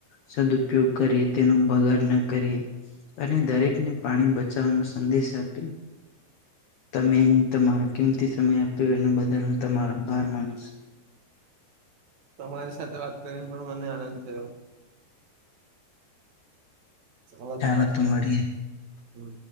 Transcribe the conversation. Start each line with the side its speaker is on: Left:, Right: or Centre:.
Left: સદઉપયોગ કરીએ તેનો બગાડ ના કરીએ. અને દરેકને પાણી બચાવાનો સંદેશ આપ્યો. તમે તમારો કિમતી સમય આપ્યો એના બદલ હું તમારો આભાર માનું છું.
Right: તમારી સાથે વાત કરીને પણ મને આનંદ થયો ચવા
Left: ચાલો
Right: તો પાછો મળે
Left: મળીએ
Right: છે હમ